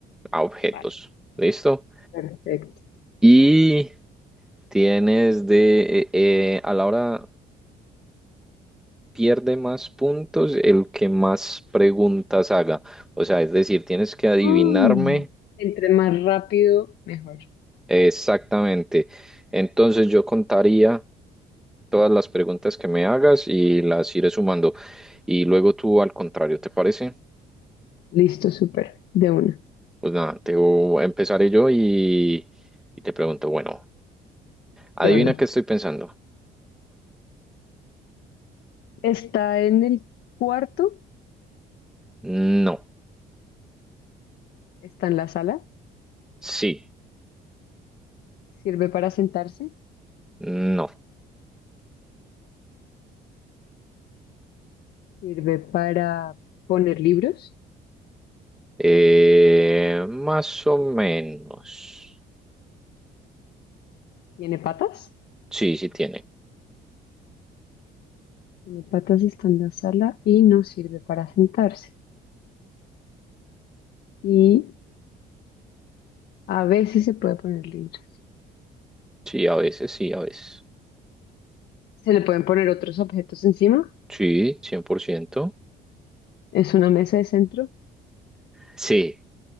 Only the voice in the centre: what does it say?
a objetos.
¿Listo?
Y Tienes de, eh, eh, a la hora pierde más puntos el que más preguntas haga. O sea, es decir, tienes que adivinarme
exactamente. Entonces yo contaría todas las preguntas que me hagas y las iré sumando. Y luego tú al contrario, ¿te parece?
Pues nada, te empezaré yo y, y te pregunto, bueno, adivina
qué estoy pensando.
No,
sí,
no,
eh, más o menos.
Sí, sí tiene.
Sí, a veces, sí, a veces.
Sí, 100%.
Sí,